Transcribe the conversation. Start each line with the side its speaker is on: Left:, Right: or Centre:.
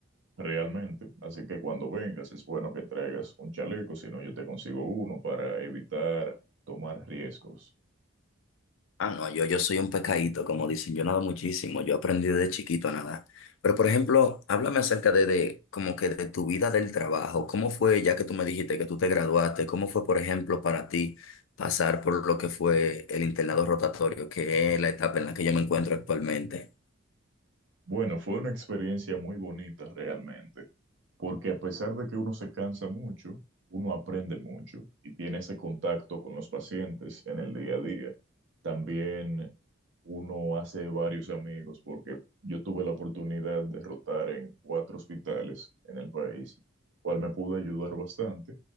Right: realmente. Así que cuando vengas es bueno que traigas un chaleco, si no yo te consigo uno para evitar tomar riesgos.
Left: Ah, no, yo, yo soy un pescadito, como dicen, yo nado muchísimo, yo aprendí desde chiquito a nadar. Pero, por ejemplo, háblame acerca de, de como que de tu vida del trabajo. ¿Cómo fue, ya que tú me dijiste que tú te graduaste, cómo fue, por ejemplo, para ti pasar por lo que fue el internado rotatorio, que es la etapa en la que yo me encuentro actualmente?
Right: Bueno, fue una experiencia muy bonita realmente, porque a pesar de que uno se cansa mucho, uno aprende mucho y tiene ese contacto con los pacientes en el día a día. También uno hace varios amigos, porque yo tuve la oportunidad de rotar en cuatro hospitales en el país, cual me pudo ayudar bastante,